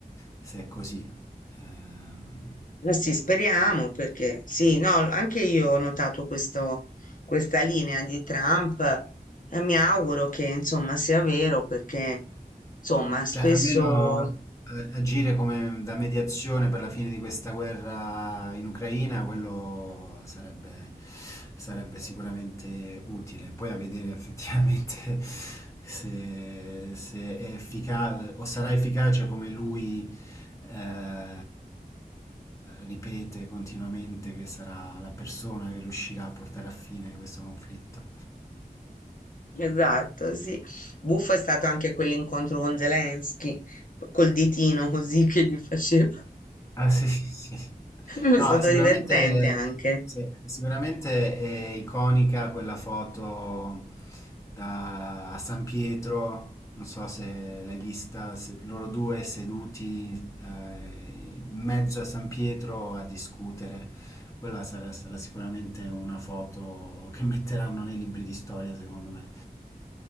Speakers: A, on the left; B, on the left.
A: se è così. Ehm,
B: Eh sì, speriamo perché sì, no, anche io ho notato questo- questa linea di Trump e mi auguro che insomma sia vero perché insomma spesso
A: Cioè, almeno eh, agire come da mediazione per la fine di questa guerra in Ucraina, quello sarebbe, sarebbe sicuramente utile. Poi a vedere effettivamente <laughs> se, se è efficace o sarà efficace come lui eh, ripete continuamente che sarà la persona che riuscirà a portare a fine questo conflitto.
B: Esatto, sì. Buffo è stato anche quell'incontro con Zelensky, col ditino così <laughs> che gli faceva. <laughs>
A: Ah, sì, sì, sì. sì.
B: È
A: No,
B: stato
A: sicuramente,
B: divertente anche.
A: sì, sicuramente è iconica quella foto da, a San Pietro, non so se l'hai vista, se- loro due seduti eh, in mezzo a San Pietro a discutere. Quella sarà, sarà sicuramente una foto che metteranno nei libri di storia, secondo me.